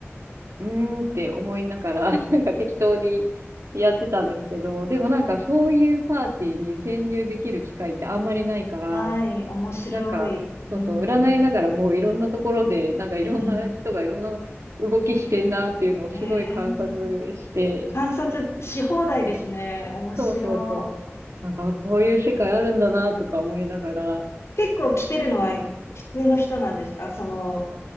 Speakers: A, on the right (about 80°); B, on the left (about 75°).
A: うーんって思いながら、<laughs> なんか適当にやってたんですけど、でもなんかそういうパーティーに潜入できる機会ってあんまりないから、
B: はい、面白い。
A: なんか、
B: うん、
A: そうそう、占いながらもういろんなところで、なんかいろんな人がいろんな動きしてんなっていうのをすごい観察して、
B: うん。えー、観察し放題ですね。面白い。
A: そうそうそう、なんかあこういう世界あるんだなとか思いながら、
B: うん結構来てるのは普通の人なんですかその、